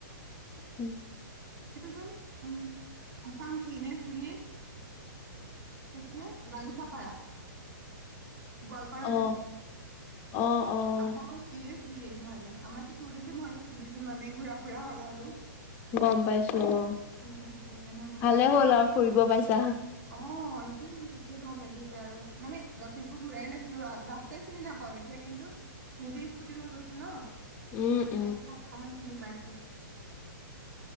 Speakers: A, on the left; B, on the right.
A: উম',।
B: এটো যেন, হ'ম, আছাম ক্লিনেষ্ট ভিলেজ। কি আছিলে? বাৰীখাপাৰা। গোৱালপাৰা
A: অ
B: ডিষ্ট্ৰিক্ট।
A: অ', - অ',।
B: আছামৰ টুৰিষ্ট ভিলেজ হয় মানে। আমাৰতো টুৰিজম হয় ন। টুৰিজম মানে ঘুৰা ফুৰা হয় আৰু।
A: গম পাইছো অ
B: উম', সেইকাৰণে আমাৰ
A: ভালে
B: আছে।
A: হ'ল আৰু ফুৰিব পাইছা
B: অ', এতিয়া এইটোৱে ভাল লাগিছে আৰু, মানে লখিমপুৰ ঘূৰাই নাছিলোঁ, অ', ৰাস্তাই চিনি নাপাওঁ এতিয়া কিন্তু নিজে স্কুটি লৈ গৈছোঁ ন
A: উম
B: ৰাস্তা
A: উম
B: এতিয়া অকমান চিনি পাইছোঁ